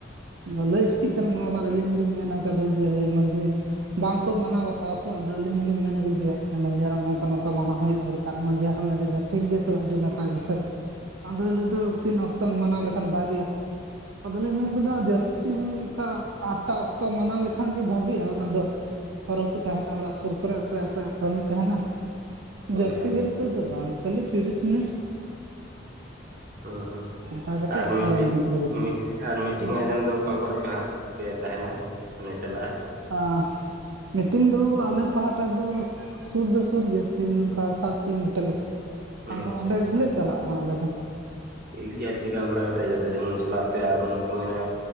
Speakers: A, on the right (about 75°); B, on the right (about 50°).
A: ᱟᱫᱚ ᱞᱟᱹᱭ ᱦᱩᱭ ᱠᱟᱱᱟ ᱱᱚᱣᱟ ᱫᱚ ᱟᱞᱤᱧ ᱜᱮᱞᱤᱧ ᱢᱮᱱ ᱠᱟᱫᱟ ᱡᱮ, ᱢᱚᱸᱡᱽ ᱜᱮ᱾ ᱵᱟᱝᱠᱚ ᱢᱟᱱᱟᱣ ᱵᱟᱛᱟᱣᱟ ᱛᱚ ᱟᱫᱚ ᱟᱹᱞᱤᱧ ᱜᱮᱞᱤᱧ ᱢᱮᱱ ᱟᱠᱟᱮᱭᱟ ᱡᱮ ᱢᱟᱹᱡᱷᱤ ᱦᱟᱱ ᱱᱚᱝᱠᱟ ᱱᱚᱝᱠᱟ ᱢᱟᱱᱟᱣ ᱦᱩᱭᱩᱜ ᱫᱚᱨ ᱠᱟᱨ ᱢᱟᱺᱡᱷᱤ ᱦᱟᱲᱟᱢᱮ ᱞᱟᱹᱭᱮᱫᱟ ᱴᱷᱤᱠ ᱜᱮᱭᱟ ᱛᱚ ᱟᱹᱰᱤ ᱱᱟᱯᱟᱭ ᱵᱤᱥᱚᱭ᱾ ᱟᱫᱚᱭ ᱞᱟᱹᱭᱫᱟ ᱛᱤᱱ ᱚᱠᱛᱚ ᱢᱟᱱᱟᱣ ᱞᱮᱠᱷᱟᱱ ᱵᱷᱟᱜᱤᱜᱼᱟ᱾ ᱟᱫᱚᱞᱤᱧ ᱢᱮᱱ ᱠᱮᱫᱟ ᱡᱟᱹᱥᱛᱤ ᱚᱝᱠᱟ ᱟᱴᱴᱟ ᱚᱠᱛᱚ ᱢᱟᱱᱟᱣ ᱞᱮᱠᱷᱟᱱ ᱜᱮ ᱵᱷᱟᱜᱤᱜ-ᱟ ᱚᱱᱟ ᱫᱚ᱾ ᱦᱚᱨᱦᱚ ᱠᱚ ᱛᱟᱦᱮᱱᱟ ᱚᱲᱟᱜ ᱥᱩᱨ ᱠᱚᱨᱮ, ᱚᱠᱚᱭᱟᱜ ᱚᱠᱚᱭᱟᱜ ᱠᱟᱹᱢᱤ ᱛᱟᱦᱮᱱᱟ᱾
B: ᱦᱳᱭ
A: ᱡᱟᱹᱥᱛᱤ
B: ᱦᱳᱭ
A: ᱜᱷᱟᱲᱤᱡ ᱛᱮᱫ ᱫᱚ ᱵᱟᱝ ᱠᱷᱟᱹᱞᱤ ᱛᱤᱨᱤᱥ ᱢᱤᱱᱤᱴ᱾
B: ᱦᱩᱸ ᱦᱩᱸ
A: ᱚᱱᱠᱟ ᱠᱟᱛᱮᱫ
B: ᱟᱨ ᱢᱤᱫᱴᱤᱡ
A: ᱯᱟᱨᱚᱢ ᱦᱩᱭᱩᱜ ᱞᱟᱹᱜᱤᱫ
B: ᱢᱤᱫ ᱟᱨ ᱢᱤᱴᱤᱝ ᱟᱸᱡᱚᱢ ᱫᱚ ᱚᱠᱟ ᱠᱚᱨᱮ ᱯᱮ ᱦᱟᱸᱜ ᱯᱮ ᱛᱟᱦᱮᱱᱟ ᱢᱟᱱᱮ ᱪᱟᱞᱟᱜᱼᱟ?
A: ᱟᱸᱻ ᱢᱤᱴᱤᱱ ᱫᱚ ᱟᱞᱮ ᱯᱟᱦᱴᱟ ᱫᱚ ᱥᱩᱨ ᱫᱚ ᱥᱩᱨ ᱜᱮ ᱛᱤᱱ ᱱᱚᱝᱠᱟ ᱥᱟᱛ ᱠᱤᱞᱳᱢᱤᱴᱟᱨ ᱞᱮᱠᱟ᱾ ᱟᱫᱚ
B: ᱟᱪᱪᱷᱟ
A: ᱚᱸᱰᱮ
B: ᱟᱪᱪᱷᱟ
A: ᱜᱮᱞᱮ ᱪᱟᱞᱟᱜᱼᱟ ᱦᱟᱸᱜ ᱟᱞᱮ ᱫᱚ᱾
B: ᱴᱷᱤᱠ ᱜᱮᱭᱟ ᱪᱮᱠᱟ ᱵᱟᱲᱟ ᱠᱟᱛᱮ ᱡᱟᱛᱮ ᱡᱮᱢᱚᱱ ᱪᱟᱞᱟᱜ ᱟᱯᱮ ᱟᱨ ᱩᱱ ᱠᱚ ᱢᱮᱱᱟ